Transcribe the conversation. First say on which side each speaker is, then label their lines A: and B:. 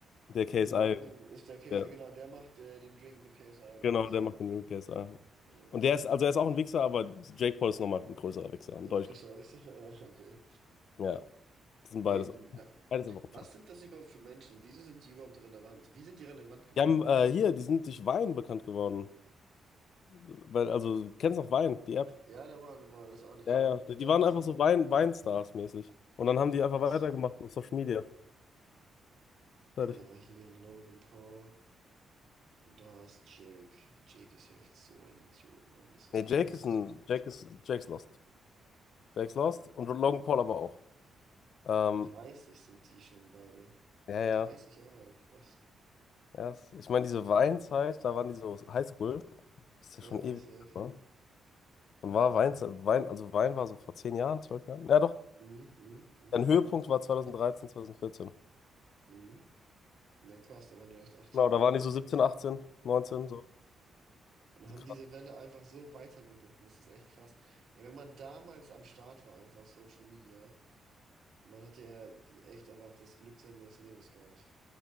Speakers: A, on the left (about 55°); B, on the right (about 60°).
A: der KSI.
B: Und Logan ist der Case,
A: Der,
B: äh, genau, der macht äh, den Drink mit KSI oder
A: genau,
B: was?
A: der macht den KSI.
B: Äh,
A: Und der ist, also er ist auch ein Wichser, aber Jake Paul ist nochmal ein größerer Wichser, ein
B: äh,
A: deutlich
B: Christoph Richter? <laughs> Äh, okay.
A: größerer. Ja, das sind
B: We,
A: beides.
B: wa-
A: Beides einfach Opfer.
B: was sind das überhaupt für Menschen? Wieso sind die überhaupt relevant? Wie sind die relevant geworden?
A: Die haben, äh, hier, die sind durch Wein bekannt geworden. Weil, also, du kennst noch Wein, die App?
B: Ja, normal, normal, das ist auch nicht
A: Ja,
B: klar.
A: ja.
B: Da,
A: Die waren
B: das
A: einfach so Wein Weinstars-mäßig. Und dann haben die
B: krass.
A: einfach weitergemacht auf Social Media. Fertig.
B: Ah ja, hier Logan Paul und da ist Jake. Jake ist ja echt so ein Idiot, Mann. Das ist
A: Nee,
B: echt
A: Jake
B: geisteskrank.
A: ist ein. Jake ist. Jake's Lost. Jake's Lost und Logan Paul aber auch. Ähm,
B: 30 sind die schon beide.
A: ja, ja.
B: 30 Jahre alt, krass.
A: ja es- ich meine, diese Weinzeit, da waren die so Highschool. Das ist
B: Naja,
A: ja schon ewig,
B: safe.
A: ne? Und war Weinzeit. Wein, also Wein war so vor zehn Jahren, zwölf Jahren. Ja, doch.
B: Mhm, mhm, mhm,
A: Sein Höhepunkt war 2013, 2014.
B: mhm. Ja, krass, da waren die echt 18
A: Genau,
B: oder
A: da
B: sowas.
A: waren die so 17, 18, 19,
B: Ja.
A: so.
B: Und haben
A: Krass.
B: diese Welle einfach so weitergeritten. Das ist echt krass. Ey, wenn man damals am Start war, einfach Social Media, man hat ja echt einfach das Glück seines Lebens gehabt.